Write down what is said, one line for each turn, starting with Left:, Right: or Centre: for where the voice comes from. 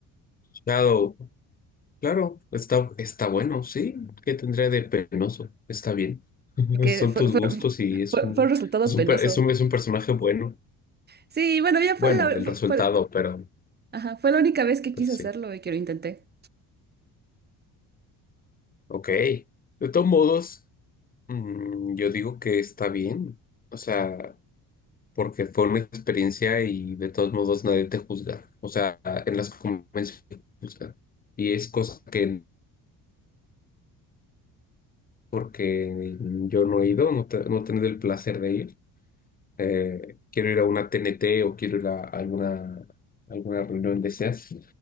Left: Shadow. Claro, está, está bueno, sí. ¿Qué tendría de penoso? Está bien. <laughs>
Right: Porque
Left: Son
Right: fue,
Left: tus
Right: fue,
Left: gustos y es
Right: fue-
Left: un,
Right: fue un resultado
Left: es
Right: penoso.
Left: un, per- es un, es un personaje bueno.
Right: Sí, bueno, ya fue
Left: Bueno,
Right: la,
Left: el
Right: fue,
Left: resultado,
Right: fue-
Left: pero,
Right: ajá, fue la única vez que
Left: pero
Right: quise
Left: sí.
Right: hacerlo y que lo intenté.
Left: Ok. De todos modos. Mm, yo digo que está bien, o sea, porque fue una experiencia y de todos modos nadie te juzga, o sea, en las convenciones te juzgan. Y es cosa que, porque yo no he ido, no, te- no he tenido el placer de ir, eh, quiero ir a una TNT o quiero ir a alguna, alguna reunión de esas